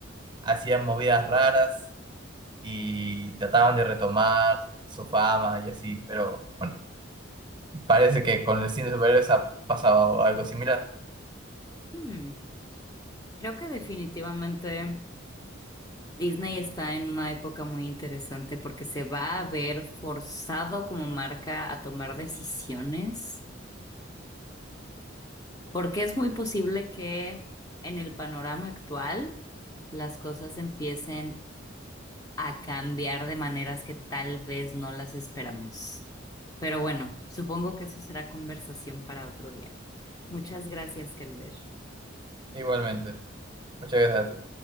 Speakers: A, on the right; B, on the left.
A: hacían movidas raras y trataban de retomar su fama y así, pero bueno, parece que con el cine de superhéroes ha pasado algo similar.
B: Hmm, creo que definitivamente. Disney está en una época muy interesante porque se va a ver forzado como marca a tomar decisiones, porque es muy posible que en el panorama actual las cosas empiecen a cambiar de maneras que tal vez no las esperamos. Pero bueno, supongo que eso será conversación para otro día. Muchas gracias, Kelber.
A: Igualmente. Muchas gracias a ti.